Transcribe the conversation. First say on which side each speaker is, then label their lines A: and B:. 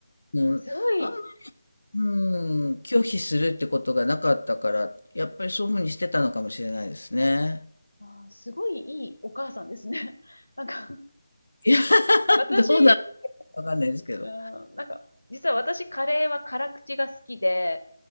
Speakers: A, on the left; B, on the left.
A: うん、
B: すごい、
A: あんうん、拒否するってことがなかったから、やっぱりそういうふうにしてたのかもしれないですね。
B: あー、すごいいいお母さんですね。<laughs> なんか、
A: いや、
B: 私、
A: どうなるかわかんないですけど。
B: うん、なんか、実は私カレーは辛口が好きで、